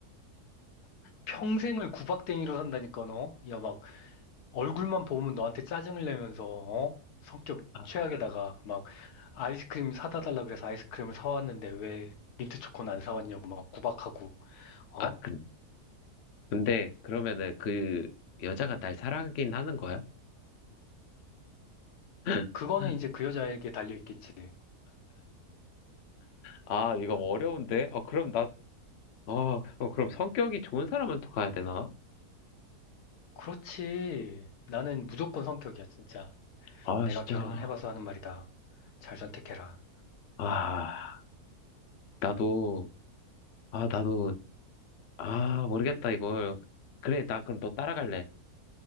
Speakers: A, on the left (about 75°); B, on the left (about 60°).
A: 평생을 구박댕이로 산다니까, 너. 야, 막, 얼굴만 보면 너한테 짜증을 내면서, 어? 성격
B: 아,
A: 최악에다가, 막, 아이스크림 사다 달라 그래서 아이스크림을 사왔는데 왜 민트 초코는 안 사왔냐고 막 구박하고, 어?
B: 아, 그 근데 그러면은 그 여자가 날 사랑하긴 하는 거야? <laughs>
A: 그거는 이제 그 여자에게 달려있겠지.
B: 아, 이거 뭐 어려운데? 아, 그럼 나, 아, 그럼 성격이 좋은 사람한테 가야 되나?
A: 그렇지. 나는 무조건 성격이야, 진짜.
B: 아,
A: 내가
B: 진짜.
A: 결혼을 해봐서 하는 말이다. 잘 선택해라.
B: 아, 나도, 아, 나도, 아, 모르겠다, 이걸. 그래, 나 그럼 너 따라갈래.